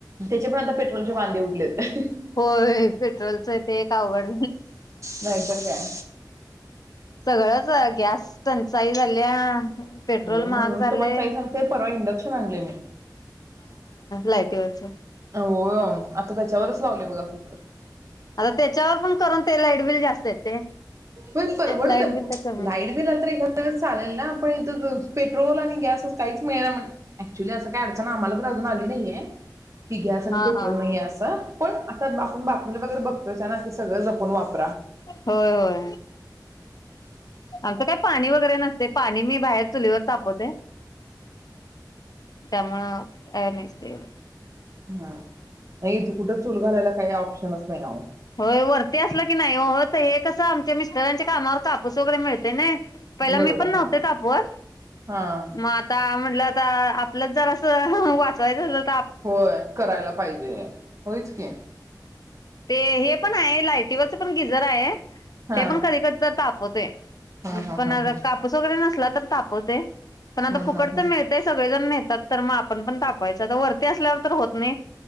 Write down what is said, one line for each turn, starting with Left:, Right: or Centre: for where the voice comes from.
Right: त्याचे पण आता पेट्रोलचे वांदे उडलेत हे
Left: होय पेट्रोलचं ते एक अवघड
Right: नाहीतर काय.
Left: सगळंच गॅस टंचाई झाल्या पेट्रोल
Right: होय
Left: महाग
Right: म्हणून
Left: झालय
Right: तुम्हाला ताई सांगते परवा इंडक्शन आणले मी
Left: लाईटवरच
Right: हो आता त्याच्यावरच लावले बघा कुकर
Left: आता त्याच्यावर पण करून ते लाईटबिल जास्त येतय
Right: ब परवडत
Left: लाईट बिल तर कमी
Right: लाईट बि आल तर एखाद्या वेळेस चालेल ना आपण इथ पेट्रोल आणि गॅस काहीच मिळेना ऍक्च्युली असं काय अडचण आम्हाला तर अजून आली नाहीय कि गॅस आणि
Left: हा
Right: पेट्रोल
Left: हा
Right: नाही ये अस पण आता आपण बातमीला वगैरे बघतोयचं हैना की सगळं जपून वाप
Left: होय होय आमचं काय पाणी वगैरे नसतंय पाणी मी बाहेर चुलीवर तापवते त्यामुळं काय नसतंय एवढं
Right: ना <unintelligible> इथं कुठ चूल घालायला काही ऑप्शनच नाही अहो.
Left: होय वरती असलं की नई ओ होत हे कसं आमच्या मिस्टरांच्या कामावर कापूस वगैरे मिळतय नई. पहिला
Right: बरोबर
Left: मी पण नव्हते
Right: हा
Left: तापवत
Right: हा
Left: मग आता म्हटलं ता आपलंच जरासं वाचवाय झालं
Right: होय करायला पाहिजे होयच की
Left: ते हे पण हाय लायटीवरच पण गिजर आहे.
Right: हा
Left: ते पण कधी कधी तर ताप होतय
Right: हा हा
Left: पण
Right: हा
Left: आता
Right: हा
Left: कापूस वगैरे नसला तरच तापवतय. पण आता
Right: हा
Left: फुकट
Right: हा हा
Left: तर मिळतय सगळेजण नेतात तर मग आपण पण ताप व्हयच तर वरती असल्यावर तर होत नाई